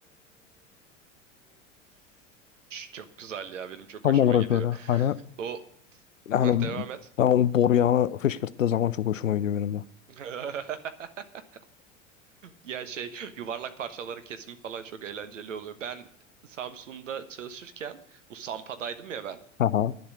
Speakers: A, on the right (about 75°); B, on the left (about 90°).
A: Çok güzel ya benim çok
B: Tam
A: hoşuma
B: olarak
A: gidiyor.
B: öyle. Hani
A: O
B: yani
A: Hah, devam et.
B: ben o boruyanı fışkırttığı zaman çok hoşuma gidiyor benim de.
A: <laughs> Ya şey yuvarlak parçaların kesimi falan çok eğlenceli oluyor. Ben Samsun'da çalışırken bu Sampa'daydım ya ben.
B: Aha,